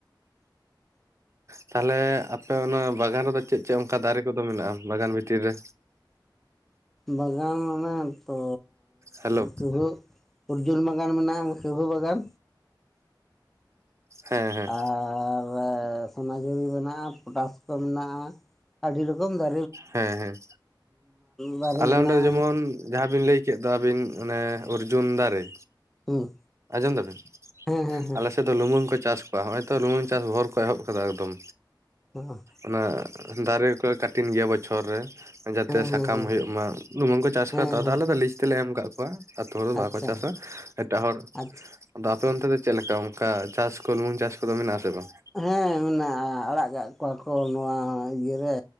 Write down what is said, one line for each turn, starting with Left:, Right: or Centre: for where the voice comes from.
Right: ᱛᱟᱦᱚᱞᱮ ᱟᱯᱮ ᱚᱱᱟ ᱵᱟᱜᱟᱱ ᱨᱮᱫᱚ ᱪᱮᱫ ᱪᱮᱫ ᱚᱱᱠᱟ ᱫᱟᱨᱮ ᱠᱚᱫᱚ ᱢᱮᱱᱟᱜᱼᱟ ᱵᱟᱜᱟᱱ ᱵᱷᱤᱛᱤᱨ ᱨᱮ?
Centre: ᱵᱟᱜᱟᱱ ᱚᱱᱮ ᱛᱚ
Right: ᱦᱮᱞᱳ
Centre: ᱠᱟᱹᱦᱟᱹᱜ᱾ ᱩᱨᱡᱩᱱ ᱵᱟᱜᱟᱱ ᱢᱮᱱᱟᱜᱼᱟ ᱠᱟᱹᱦᱟᱹ ᱵᱟᱜᱟᱱ᱾
Right: ᱦᱮᱸ ᱦᱮᱸ
Centre: ᱟᱨ ᱥᱚᱱᱟᱡᱷᱩᱨᱤ ᱢᱮᱱᱟᱜᱼᱟ ᱯᱚᱴᱟᱥ ᱠᱚ ᱢᱮᱱᱟᱜᱼᱟ ᱟᱹᱰᱤ ᱨᱚᱠᱚᱢ ᱫᱟ
Right: ᱦᱮᱸ ᱦᱮᱸ
Centre: ᱫᱟᱨᱮ
Right: ᱟᱞᱮ
Centre: ᱢᱮᱱᱟᱜᱼᱟ
Right: ᱚᱸᱰᱮ ᱫᱚ ᱡᱮᱢᱚᱱ ᱡᱟᱦᱟᱸᱵᱤᱱ ᱞᱟᱹᱭ ᱠᱮᱫ ᱫᱚ ᱟᱹᱵᱤᱱ ᱚᱱᱮ ᱚᱨᱡᱩᱱ ᱫᱟᱨᱮ
Centre: ᱦᱮᱸ
Right: ᱟᱡᱸᱚᱢ ᱫᱟᱵᱤᱱ
Centre: ᱦᱮᱸ ᱦᱮᱸ ᱦᱮᱸ
Right: ᱟᱞᱮᱥᱮᱱ ᱫᱚ ᱞᱩᱢᱟᱹᱝ ᱠᱚ ᱪᱟᱥ ᱠᱚᱣᱟ ᱱᱚᱜᱼᱚᱭ ᱛᱚ ᱞᱩᱢᱟᱹᱝ ᱪᱟᱥ ᱵᱷᱚᱨ ᱠᱚ ᱮᱦᱚᱵ ᱠᱟᱫᱟ ᱮᱠᱫᱚᱢ
Centre: ᱦᱮᱸ
Right: ᱚᱱᱟ ᱫᱟᱨᱮ ᱠᱚ ᱠᱟᱴᱤᱱ ᱜᱮᱭᱟ ᱵᱚᱪᱷᱚᱨ ᱨᱮ ᱡᱟᱛᱮ
Centre: ᱦᱮᱸ
Right: ᱥᱟᱠᱟᱢ
Centre: ᱦᱮᱸ ᱦᱮᱸ
Right: ᱦᱩᱭᱩᱜ ᱢᱟ ᱞᱩᱢᱟᱝ ᱠᱚ ᱪᱟᱥ
Centre: ᱦᱮᱸ
Right: ᱠᱚ ᱛᱟᱫᱚ
Centre: ᱦᱮᱸ
Right: ᱟᱞᱮ ᱫᱚ ᱞᱤᱥ ᱛᱮᱞᱮ ᱮᱢ ᱟᱠᱟᱫ ᱠᱚᱣᱟ᱾ ᱟᱛᱳ ᱦᱚᱲ ᱫᱚ
Centre: ᱟᱪᱪᱷᱟ
Right: ᱵᱟᱠᱚ ᱪᱟᱥᱟ ᱮᱴᱟᱜ ᱦᱚᱲ
Centre: ᱟᱪᱪᱷᱟ
Right: ᱟᱫᱚ ᱟᱯᱮ ᱚᱱᱛᱮ ᱫᱚ ᱪᱮᱫ ᱞᱮᱠᱟ ᱚᱱᱠᱟ ᱪᱟᱥ ᱠᱚ ᱞᱩᱢᱟᱝ ᱪᱟᱥ ᱠᱚᱫᱚ ᱢᱮᱱᱟᱜ ᱟᱥᱮ ᱵᱟᱝ
Centre: ᱦᱮᱸ ᱢᱮᱱᱟᱜᱼᱟ ᱟᱲᱟᱜ ᱠᱟᱜ ᱠᱚᱣᱟ ᱠᱚ ᱱᱚᱣᱟ ᱤᱭᱟᱹᱨᱮ